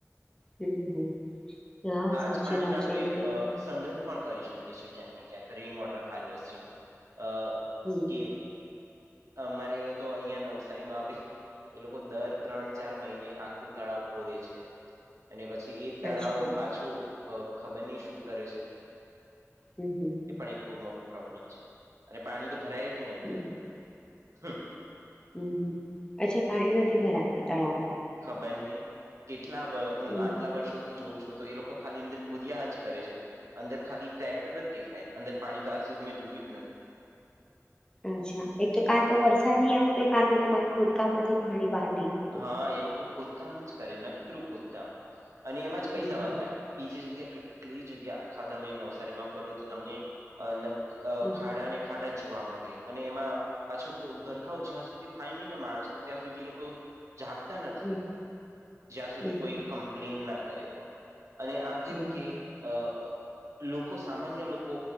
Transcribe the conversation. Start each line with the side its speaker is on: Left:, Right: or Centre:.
Left: હમ્મ હમ્મ હા
Right: આ
Left: સાચી
Right: જ પાણીને
Left: વાત
Right: આપણે
Left: છે એટલા
Right: અ સંગ્રહ પણ કરી શકીએ છીએ ક્યાંક ને ક્યાંક રેઇન વોટર હાર્વેસ્ટિંગ અ
Left: હમ.
Right: કે અમારે અહિયાં તો, અહિયાં નવસારીમાં આવે. એ લોકો દર ત્રણ-ચાર મહિને આખું તળાવ ખોદે છે. અને પછી એ તળાવ
Left: અચ્છા
Right: પાછું ખબરની શું કરે છે.
Left: હમ, હમ.
Right: એ પણ એક બહુ મોટું પ્રોબ્લેમ છે, અને પાણી તો ભરાય જ નહી, અંદર
Left: હમ
Right: હ.
Left: હમ, હ, મ અચ્છા, પાણી નથી ભરાતી તળાવમાં.
Right: ખબર નહીં, કેટલા આટલા
Left: હમ
Right: વર્ષો. થી જોઉું છું, તો એ લોકો ખાલી અંદર ખુદીયા જ કરે છે. અંદર ખાલી ટ્રેક્ટર જ દેખાય, અંદર પાણી તો આજ સુધી મેં જોયું જ ને.
Left: અચ્છા, એક તો કાં તો વરસાદ નહી આવતો, કાં તો તમારી ખોદકામાંથી પાણી બહાર હી આવ.
Right: હા, એ લોકો ખોદકામ જ કરે નકરું, ખોદકામ અને એમાં જ
Left: હમ
Right: પૈસા
Left: હમ
Right: વગાડે. બીજી જગ્યા કેટલી? જગ્યા આખા તમે નવસારી માં ફરો તો તમને. અ ન
Left: હમ
Right: ખાડાને ખાડા જોવા મળે, અને એમાં પાછો કો ગોરખાવ જ્યાં સુધી થાય નહી ને, માણસ ન ત્યાં સુધી એ લોકો. જાગતા નથી,
Left: હમ
Right: જ્યાં સુધી
Left: હમ
Right: કોઈ
Left: હમ
Right: કમ્પ્લેન ના કરે તો. અને આ કેવું
Left: હમ
Right: કે, અ લોકો સામાન્ય લોકો.